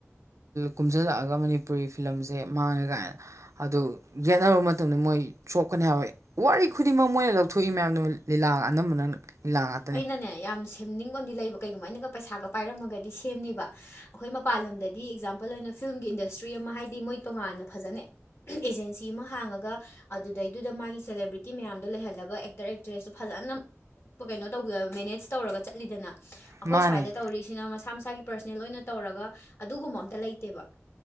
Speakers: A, on the right; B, on the left.
A: ꯀꯨꯝꯁꯤꯜꯂꯛꯑꯒ ꯃꯅꯤꯄꯨꯔꯤ ꯐꯤꯂꯝꯁꯦ ꯃꯥꯡꯉꯦ ꯀꯥꯏꯅ ꯑꯗꯨ ꯌꯦꯠꯅꯕ ꯃꯇꯝꯗ ꯃꯣꯏ ꯁꯣꯛꯀꯅꯤ ꯍꯥꯏꯕ ꯋꯥꯔꯤ ꯈꯨꯗꯤꯡꯃꯛ ꯃꯣꯏꯅ ꯂꯧꯊꯣꯛꯏ ꯃꯌꯥꯝꯗꯨ ꯂꯤꯂꯥ ꯑꯅꯝꯕꯅꯪ ꯂꯤꯂꯥ ꯉꯥꯛꯇꯅꯦ
B: ꯅꯦ ꯌꯥꯝ ꯁꯦꯝꯅꯤꯡꯕ ꯑꯃꯗꯤ ꯂꯩꯕ ꯀꯩꯒꯨꯝꯕ ꯑꯩꯅꯒ ꯄꯩꯁꯥꯒ ꯄꯥꯏꯔꯝꯃꯒꯗꯤ ꯁꯦꯝꯃꯦꯕ ꯑꯩꯈꯣꯏ ꯃꯄꯥꯟ ꯂꯝꯗꯗꯤ ꯑꯦꯛꯖꯥꯝꯄꯜ ꯑꯣꯏꯅ ꯐꯤꯂꯝꯒꯤ ꯏꯟꯗꯁꯇ꯭ꯔꯤ ꯑꯃ ꯍꯥꯏꯗꯤ ꯃꯣꯏ ꯇꯣꯉꯥꯟꯅ ꯐꯖꯅꯩ ꯑꯦꯖꯦꯟꯁꯤ ꯑꯃ ꯍꯥꯡꯉꯒ ꯑꯗꯨꯗꯩꯗꯨꯗ ꯃꯥꯒꯤ ꯁꯦꯂꯦꯕ꯭ꯔꯤꯇꯤ ꯇꯤ ꯃꯌꯥꯝꯗꯣ ꯂꯩꯍꯜꯂꯒ ꯑꯦꯛꯇꯔ ꯑꯦꯛꯇ꯭ꯔꯦꯁꯇꯨ ꯐꯖꯅ ꯀꯩꯅꯣ ꯇꯧꯕ ꯃꯦꯅꯦꯖ ꯇꯧꯔꯒ ꯆꯠꯂꯤꯗꯅ ꯑꯈꯣꯏ
A: ꯃꯥꯅꯦ
B: ꯁ꯭ꯋꯥꯏꯗ ꯇꯧꯔꯤꯁꯤꯅ ꯃꯁꯥ ꯃꯁꯥꯒꯤ ꯄꯔꯁꯅꯦꯜ ꯂꯣꯏꯅ ꯇꯧꯔꯒ ꯑꯗꯨꯒꯨꯝꯕ ꯑꯝꯇ ꯂꯩꯇꯦꯕ